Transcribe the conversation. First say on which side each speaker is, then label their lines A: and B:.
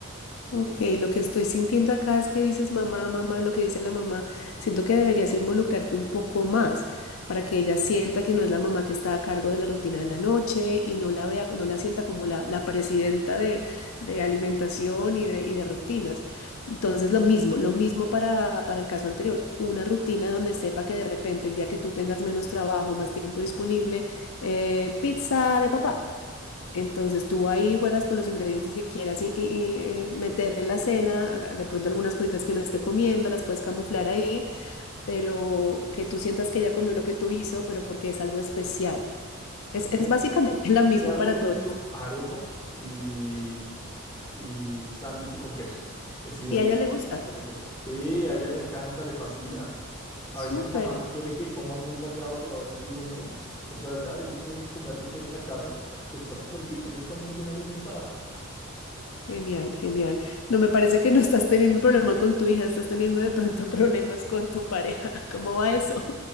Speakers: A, on the left; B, on the left.
A: Ok, lo que estoy sintiendo acá es que dices mamá, mamá, lo que dice la mamá. Siento que deberías involucrarte un poco más para que ella sienta que no es la mamá que está a cargo de la rutina de la noche y no la vea, no la sienta como la, la presidenta de, de alimentación y de, y de rutinas. Entonces, lo mismo, lo mismo para, para el caso anterior. Una rutina donde sepa que de repente el día que tú tengas menos trabajo, más tiempo disponible, eh, pizza de papá. Entonces tú ahí juegas con los ingredientes que quieras y- y- eh, meter en la cena, de pronto algunas cositas que no esté comiendo, las puedes camuflar ahí, pero que tú sientas que ella comió lo que tú hizo, pero porque es algo especial. Es,
B: Yo
A: es
B: le,
A: básicamente <laughs> lo mismo
B: yo le hago
A: para
B: mucho
A: todos
B: arepa y y sándwich con queso. Es ideal.
A: y a ella le gusta.
B: súper rico. Sí, a ella le encanta, le fascina. A veces
A: Súper.
B: la mamá quiere que coma muy variado, pero a veces digo no. O sea, ya ella tiene que comer lo que hay en la casa, que está súper bien, ella está muy bien alimentada.
A: Genial, genial. No me parece que no estás teniendo problema con tu hija, estás teniendo de pronto problemas con tu pareja. <laughs> ¿Cómo va eso?